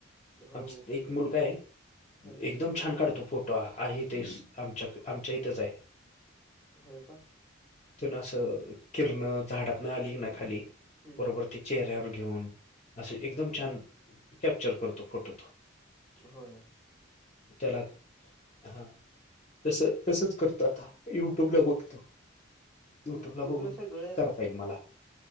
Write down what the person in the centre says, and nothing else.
हो
हा
होय का!.
हम्म
होय
युट्यूबला
सगळं आता